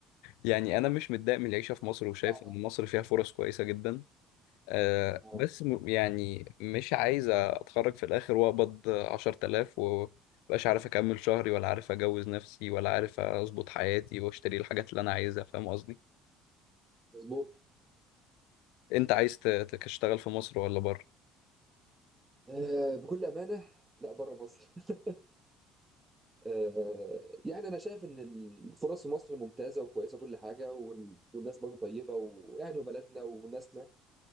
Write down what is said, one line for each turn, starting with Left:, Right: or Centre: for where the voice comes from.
Left: يعني أنا مش متضايق من العيشة في مصر وشايف
Right: صعبة
Left: إن مصر فيها فرص كويسة جدا آه
Right: اه
Left: بس م- يعني مش عايز اتخرج في الاخر واقبض 10000 ومبقاش عارف اكمل شهري ولا عارف اجوز نفسي ولا عارف اظبط حياتي واشتري الحاجات اللي انا عايزها فاهم قصدي
Right: مظبوط
Left: انت عايز ت- ت- تشتغل في مصر ولا بره
Right: آه بكل امانه لا بره مصر <laughs> آه، يعني انا شايف ان الفرص في مصر ممتازه وكويسه وكل حاجه وال- والناس برضه طيبه ويعني وبلدنا والناس